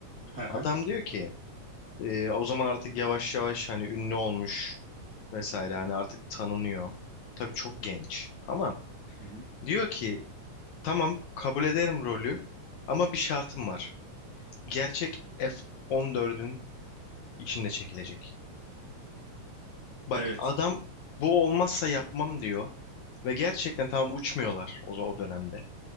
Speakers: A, on the right; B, on the left.
A: hı hı.
B: Adam diyor ki Ee, o zaman artık yavaş yavaş hani ünlü olmuş vesaire hani artık tanınıyor. Tabii çok genç ama
A: Hı hı.
B: diyor ki tamam kabul ederim rolü ama bir şartım var. Gerçek F-14'ün içinde çekilecek. Bak
A: Evet.
B: adam bu olmazsa yapmam diyor ve gerçekten tamam uçmuyorlar o, o dönemde